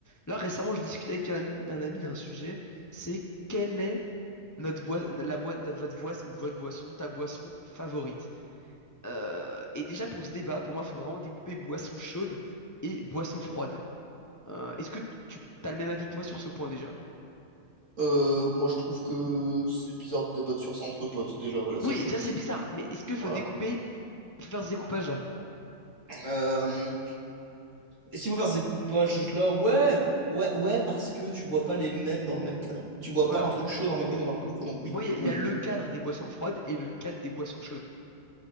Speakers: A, on the left; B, on the right.
A: Là, récemment, je discutais avec un, ami un ami d'un sujet, c'est quelle est notre boi- la boi- notre- votre, voice- votre boisson, ta boisson favorite? Euh, et déjà, pour ce débat, pour moi, il faut vraiment découper boisson chaude et boisson froide. Euh, est-ce que tu as le même avis que moi sur ce point déjà?
B: Euh, moi, je trouve que c'est bizarre de débattre sur ça entre potes. Déjà, voilà, ça,
A: Oui,
B: je te
A: déjà,
B: le dis.
A: c'est bizarre, mais est-ce qu'il faut
B: Voilà.
A: découper, faut faire ce découpage-là?
B: Euh, et si vous faites des coupages là, ouais, ouais, ouais, parce que tu bois pas les mêmes dans le même cadre. Tu bois
A: Voilà.
B: pas un truc chaud dans le même cadre que dans un truc froid, donc oui,
A: Moi, il y, a il
B: oui.
A: y a le cadre des boissons froides et le cadre des boissons chaudes.